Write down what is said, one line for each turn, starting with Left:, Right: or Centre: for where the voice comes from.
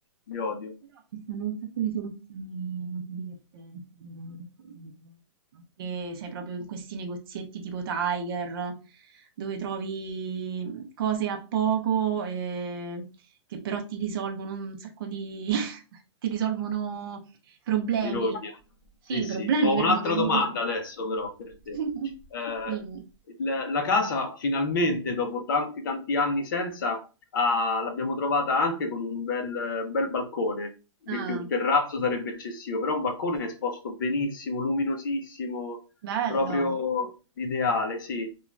Left: li
Right: Sì,
Left: odio.
Right: però ci stanno un sacco di soluzioni divertenti per, per condividere. Anche, sai, proprio in questi negozietti tipo Tiger, dove trovi cose a poco eh, che però ti risolvono un sacco di... <laughs> ti risolvono problemi.
Left: Birogna.
Right: Sì,
Left: Sì, sì.
Right: problemi
Left: Ho
Right: per
Left: un'altra
Right: modo di
Left: domanda
Right: dire.
Left: adesso però per te.
Right: <laughs>
Left: Eh,
Right: Dimmi.
Left: il- la casa finalmente dopo tanti tanti anni senza ha- l'abbiamo trovata anche con un bel, bel balcone. Dire
Right: Ah,
Left: che un terrazzo sarebbe eccessivo, però un balcone esposto benissimo, luminosissimo,
Right: bello.
Left: proprio ideale, sì.